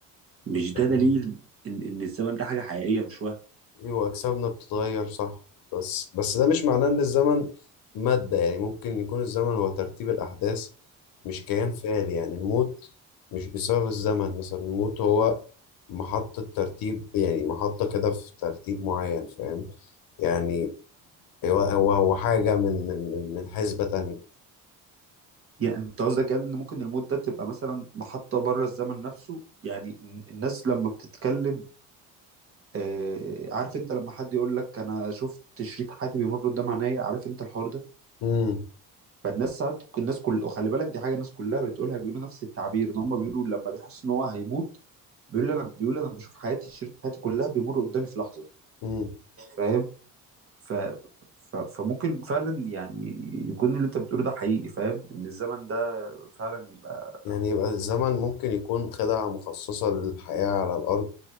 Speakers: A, on the right; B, on the left.
A: مش ده
B: يعني.
A: دليل ان ان الزمن ده حاجة حقيقية مش وهم
B: ايوه اجسامنا بتتغير صح بس بس ده مش معناه ان الزمن مادة يعني ممكن يكون الزمن هو ترتيب الاحداث مش كيان فعلي يعني الموت مش بسبب الزمن مثلا الموت هو محطة ترتيب يعني محطة كده في ترتيب معين فاهم يعني هو هو هو حاجة من من من من حسبة تانية
A: يعني انت قصدك يعني ان ممكن الموت ده تبقى مثلا محطة بره الزمن نفسه يعني الناس لما بتتكلم آه، عارف انت لما حد يقول لك انا شفت شريط حياتي بيمر قدام عينيا عارف انت الحوار ده
B: امم
A: فالناس ساعات الناس كل وخلي بالك دي حاجه الناس كلها بتقولها بيقولوا نفس التعبير ان هم بيقولوا لما بيحس ان هو هيموت بيقول انا بيقول انا بشوف حياتي شريط حياتي كلها بيمر قدامي في لحظه
B: امم
A: فاهم ف... ف... فممكن فعلا يعني يكون اللي انت بتقوله ده حقيقي فاهم ان الزمن ده فعلا يبقى
B: يعني يبقى الزمن ممكن يكون خدعة مخصصة للحياة على الأرض